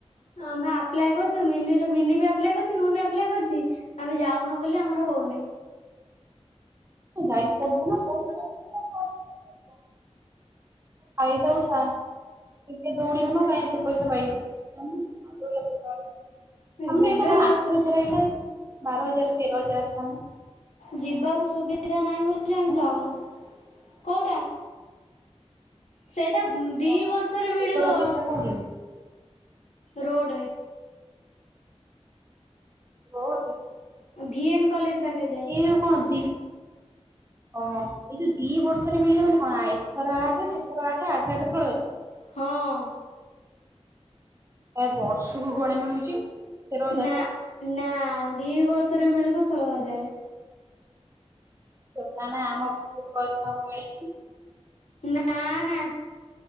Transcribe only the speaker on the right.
ଯାଇ <unintelligible> ଫାଇଦା ଉଠା। ଟିକେ ଦୌଡିବ ନା କାଇଁ ଏତେ ପଇସ ପାଇବୁ। <unintelligible> ଆମର
ଏଇଟା କଣ ଆଠ ହଜାର ଆଇଲା ବାର ହଜାର ତେର ହଜାର ଆସିଥାନ୍ତା।
ଉଁ
ହଁ
ଲେବର ଅଫିସ ଟା କୋଉଠି?
କୋଉଠେ?
କିଏ କଣ ଦି ଓହୋ ଏଇ ଯୋଉ ଦି ବର୍ଷରେ ମିଳିବ ମାନେ କଣ ଏଥର ଆଠ ସେଥର ଆଠ ଆଠ ଆଠ ଷୋଲ ହଜାର।
ଏ ବର୍ଷକୁ କୁଆଡେ ମିଳୁଛି। ତେର ହଜାର
ଦୋକାନ ଆମ ପୁର୍ବ ଛୁଆଙ୍କୁ ମିଳିଛି।